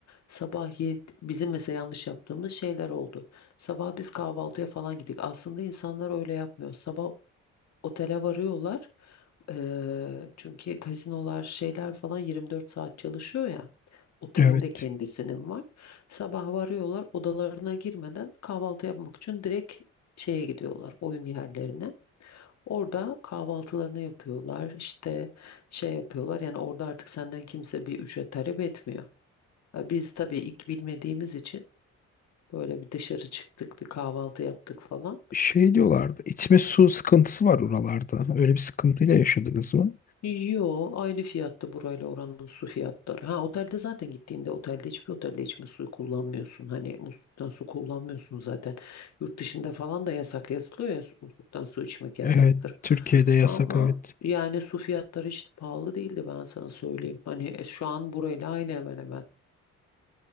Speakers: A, on the left; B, on the left.
A: Sabah yedi, bizim mesela yanlış yaptığımız şeyler oldu. Sabah biz kahvaltıya falan gittik. Aslında insanlar öyle yapmıyor. Sabah otele varıyorlar. Eee, çünkü gazinolar şeyler falan 24 saat çalışıyor ya. Otelin
B: Evet.
A: de kendisinin var. Sabah varıyorlar odalarına girmeden kahvaltı yapmak için direkt şeye gidiyorlar oyun yerlerine. Orada kahvaltılarını yapıyorlar, işte şey yapıyorlar. Yani orada artık senden kimse bir ücret talep etmiyor. Ha, Biz tabii ilk bilmediğimiz için böyle bir dışarı çıktık, bir kahvaltı yaptık falan.
B: Şey diyorlardı. İçme su sıkıntısı var oralarda. Öyle bir sıkıntıyla yaşadınız mı?
A: Yo aynı fiyatta burayla oranın su fiyatları. Ha otelde zaten gittiğinde otelde hiçbir otelde içme suyu kullanmıyorsun. Hani musluktan su kullanmıyorsun zaten. Yurt dışında falan da yasak yazılıyor ya musluktan su içmek yasaktır.
B: Evet. Türkiye'de yasak
A: Ama
B: evet.
A: yani su fiyatları işte pahalı değildi ben sana söyleyeyim. Hani e, şu an burayla aynı hemen hemen.